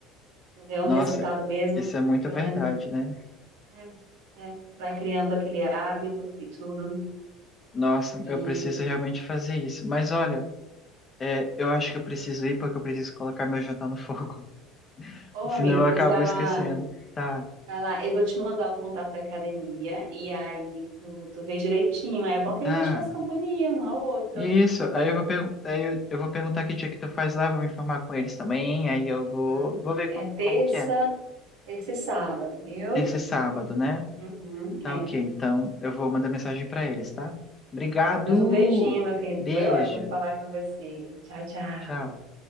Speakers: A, on the right (about 85°); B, on the left (about 30°).
A: tu ver um
B: Nossa,
A: resultado mesmo,
B: isso é muito
A: pelo
B: verdade,
A: menos,
B: né?
A: é, é, vai criando aquele hábito e tudo.
B: Nossa,
A: E,
B: eu preciso realmente fazer isso. Mas olha, é, eu acho que eu preciso ir porque eu preciso colocar meu jantar no fogo. <laughs>
A: ô
B: Senão
A: amigo,
B: eu
A: pois
B: acabo
A: vai
B: esquecendo.
A: lá
B: Tá,
A: Vai lá, eu vou te mandar o contato da academia e aí tu, tu vê direitinho. É bom que
B: tá.
A: a gente faz companhia um ao outro.
B: Isso. Aí eu vou, pergu- aí eu, eu vou perguntar que dia que tu faz lá, vou me informar com eles também. Aí eu vou,
A: tá?
B: vou ver
A: É
B: como,
A: terça,
B: como que é.
A: terça e sábado, viu?
B: Terça e sábado, né?
A: Uhum,
B: Tá
A: é.
B: ok. Então eu vou mandar mensagem pra eles, tá? Obrigado!
A: Tá, pois um beijinho, meu querido.
B: Beijo.
A: Foi ótimo falar com você. Tchau, tchau.
B: Tchau.